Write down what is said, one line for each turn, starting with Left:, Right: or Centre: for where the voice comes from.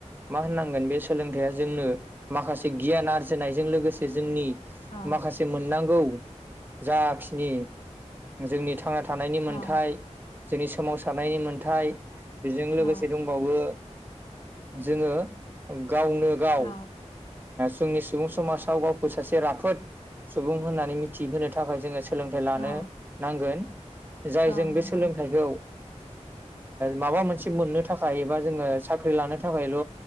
Right: मा होननांगोन बे सोलोंथाइया जोंनो माखासे गियान आरजिनायजों लोगोसे जोंनि
Left: औ
Right: माखासे मोननांगौ जाखिनि जोंनि थांना थानाय थानायनि मोनथाय
Left: औ
Right: जोंनि सोमावसारनायनि मोनथाय बेजों लोगोसे
Left: औ
Right: दंबावो जोङो गावनो गाव
Left: औ
Right: जोंनि सुबुं समाजाव गावखौ सासे राफोद सुबुं होननानै मिथिहोनो थाखाय जोङो सोलोंथाइ लानो
Left: औ
Right: नांगोन जाय
Left: औ
Right: जों बे
Left: नंगौ
Right: सोलोंथाइखौ माबा मोनसे मोननो थाखाय एबा जोङो साख्रि लानो थाखायल'